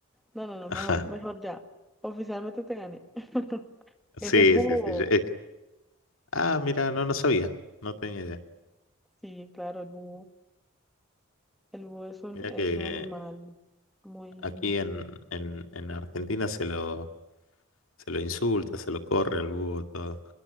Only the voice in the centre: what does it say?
No, no, no,
mejor, mejor ya. Oficialmente te gané. <laughs>
Es el búho.
Sí, claro, el búho. El búho es un,
es
un animal muy...